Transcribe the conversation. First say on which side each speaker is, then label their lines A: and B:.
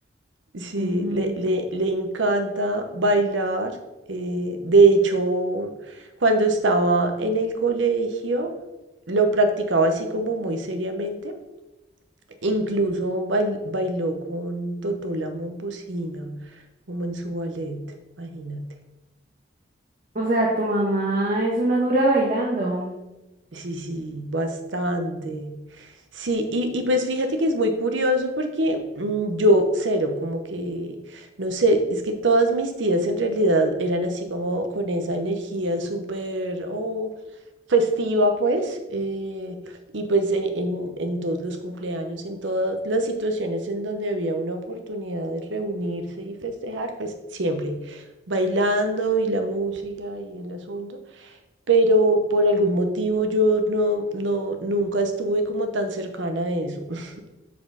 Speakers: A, on the right; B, on the right.
A: Sí,
B: Ujú.
A: le, le, le encanta bailar. eh, de hecho, cuando estaba en el colegio, lo practicaba así como muy seriamente. Incluso bail- bailó con Totola Momposina, como en su ballet, imagínate.
B: O sea, tu mamá es una dura bailando.
A: Sí, sí, bastante. Sí, y, y pues fíjate que es muy curioso porque mm, yo cero, como que, no sé, es que todas mis tías en realidad eran así como con esa energía súper oh, festiva, pues, eh, y pues e- en, en todos los cumpleaños, en todas las situaciones en donde había una oportunidad de reunirse y festejar, pues siempre bailando y la música y el asunto pero por algún motivo yo no, no, nunca estuve como tan cercana a eso. <laughs>